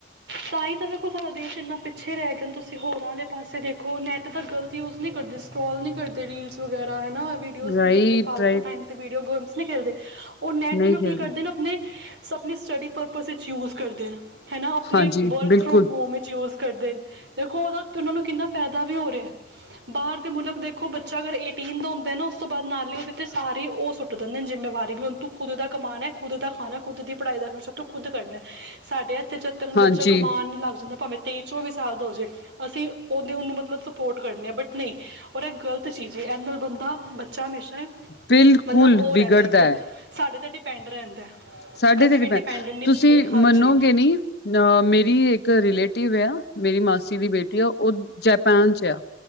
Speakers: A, on the right (about 75°); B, on the left (about 60°).
A: ਤਾਂ ਹੀ ਤਾਂ ਵੇਖੋ ਸਾਡਾ ਦੇਸ਼ ਇੰਨਾ ਪਿੱਛੇ ਰਹਿ ਗਿਆ, ਤੁਸੀਂ ਹੋਰਾਂ ਆਲੇ ਪਾਸੇ ਦੇਖੋ ਨੈੱਟ ਦਾ ਗਲਤ ਮਿਸਯੂਜ਼ ਨਹੀਂ ਕਰਦੇ, ਸਕਰੋਲ ਨੀ ਕਰਦੇ, ਰੀਲਸ ਵਗੈਰਾ ਹੈ ਨਾ ਵੀਡੀਓਜ਼
B: ਰਾਈਟ
A: ਨੀ ਦੇਖਦੇ, ਫਾਲਤੂ
B: ਰਾਈਟ
A: ਟਾਈਮ ਵੀਡੀਓ ਗੇਮਸ ਨੀ ਖੇਲਦੇ, ਉਹ ਨੈੱਟ
B: ਨਹੀਂ
A: ਨੂੰ
B: ਖੇਲਦੇ
A: ਕੀ ਕਰਦੇ ਨੇ ਆਪਣੇ ਸਭ ਆਪਣੀ ਸਟੱਡੀ ਪਰਪਸ ਵਿੱਚ ਯੂਜ ਕਰਦੇ ਨੇ ਹੈ, ਨਾ ਆਪਣੇ
B: ਹਾਂਜੀ
A: ਵਰਕ
B: ਬਿਲਕੁਲ
A: ਫਰੋਮ ਹੋਮ ਵਿੱਚ ਯੂਜ ਕਰਦੇ ਦੇਖੋ ਉਹਦਾ ਉਹਨਾਂ ਨੂੰ, ਕਿੰਨਾ ਫਾਇਦਾ ਵੀ ਹੋ ਰਿਹਾ, ਬਾਹਰ ਦੇ ਮੁਲਕ ਦੇਖੋ ਬੱਚਾ ਅਗਰ ਏ ਟੀਨ ਦਾ ਹੁੰਦਾ ਨਾ ਉਸ ਤੋਂ ਬਾਅਦ ਨਾਲੇ ਉਹਦੇ ਤੇ ਸਾਰੇ ਉਹ ਸੁੱਟ ਦਦੇ ਨੇ ਜ਼ਿੰਮੇਵਾਰੀ, ਵੀ ਹਣ ਤੂੰ ਖੁਦਦਾ ਕਮਾਣਾ ਖੁਦ ਦਾ ਖਾਣਾ, ਖੁਦ ਦੀ ਪੜ੍ਹਾਈ ਖਰਚਾ ਤੂੰ ਖੁਦ ਕਰਨਾ ਸਾਡੇ ਏਥੇ ਜਦ ਤਕਨ ਬੱਚਾ
B: ਹਾਂਜੀ
A: ਕਮਾਨ ਨੀ ਲੱਗ ਜਾਂਦਾ ਭਾਵੇਂ ਤੇਈ ਚੌਵੀ ਸਾਲ ਦਾ ਹੋ ਜਾਵੇ, ਅਸੀਂ ਉਹਦੇ ਉਹਨੂੰ ਮਤਲਬ ਸਪੋਰਟ ਕਰਨੇ ਆ, ਬਟ ਨਹੀਂ ਔਰ ਇਹ ਗਲਤ ਚੀਜ਼ ਏ ਐਦੇ ਨਾਲ ਬੰਦਾ ਬੱਚਾ ਹਮੇਸ਼ਾ
B: ਬਿਲਕੁਲ
A: ਮਤਲਬ ਉਹ
B: ਵਿਗੜਦਾ
A: ਰਹਿੰਦਾ ਖੋ
B: ਹੈ
A: ਸਾਡੇ ਤੇ ਡਿਪੈਂਡ ਰਹਿੰਦਾ।
B: ਸਾਡੇ
A: ਕਦੇ
B: ਤੇ
A: ਵੀ
B: ਡੀ
A: ਇੰਡੀਪੈਂਡੈਂਟ
B: ਪੈਂਡ
A: ਨਹੀਂ
B: ਤੁਸੀਂ
A: ਹਾਂਜੀ
B: ਮੰਨੋਗੇ ਨੀ ਅ ਮੇਰੀ ਇੱਕ ਰਿਲੇਟਿਵ ਆ, ਮੇਰੀ ਮਾਸੀ ਦੀ ਬੇਟੀ ਆ, ਉਹ ਜਪਾਨ ਚ ਆ